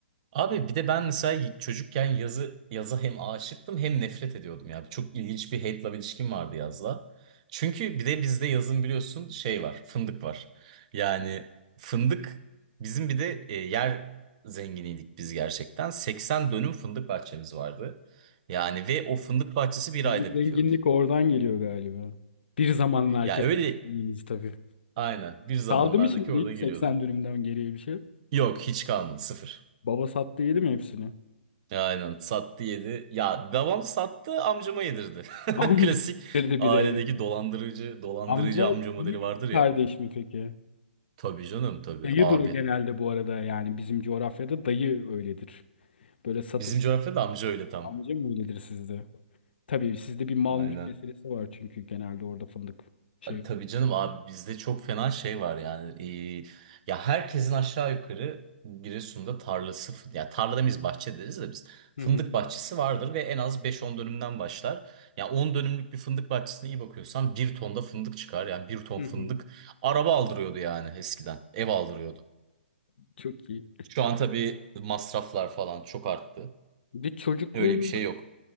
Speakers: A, on the right (about 35°); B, on the left (about 60°).
A: Abi bir de ben mesela çocukken yazı yaza hem aşıktım hem nefret ediyordum ya. Çok ilginç bir hate love ilişkim vardı yazla. Çünkü bir de bizde yazın biliyorsun şey var, fındık var. Yani fındık bizim bir de e, yer zenginiydik biz gerçekten. 80 dönüm fındık bahçemiz vardı. Yani ve o fındık bahçesi bir
B: Sizin
A: ayda
B: zenginlik
A: bitiyordu.
B: oradan geliyor galiba. Bir zamanlar
A: Ya
B: kesin
A: öyle
B: zengininiz tabii.
A: aynen bir zamanlardaki
B: Kaldı mı şimdi
A: orada
B: hiç
A: geliyordu.
B: 80 dönümden geriye bir şey?
A: Yok hiç kalmadı sıfır.
B: Baba sattı yedi mi hepsini?
A: Ya Aynen sattı yedi. Ya devam sattı amcama yedirdi. <laughs>
B: Amca
A: Klasik
B: getirdi
A: ailedeki
B: bir de.
A: dolandırıcı dolandırıcı
B: Amca
A: amca modeli
B: büyük
A: vardır ya.
B: kardeş mi peki?
A: Tabii canım tabii
B: Dayı
A: abi.
B: duru genelde bu arada yani bizim coğrafyada dayı öyledir. Böyle satıp
A: Bizim coğrafyada amca öyle tam.
B: amca mı öyledir sizde? Tabii sizde bir mal
A: Aynen.
B: mülk meselesi var çünkü genelde orada fındık şey.
A: A- Tabii canım abi bizde çok fena şey var yani. Ee, ya herkesin aşağı yukarı Giresun'da tarlası, fı- ya tarla demeyiz bahçe deriz de biz fındık
B: Hı hı.
A: bahçesi vardır ve en az beş on dönümden başlar. Ya 10 dönümlük bir fındık bahçesine iyi bakıyorsan bir tonda fındık çıkar. Yani bir ton
B: Hı
A: fındık
B: hı.
A: araba aldırıyordu yani eskiden. Ev aldırıyordu.
B: Çok iyi.
A: Şu an tabii masraflar falan çok arttı.
B: Bir de çocukluğun
A: Öyle bir şey yok.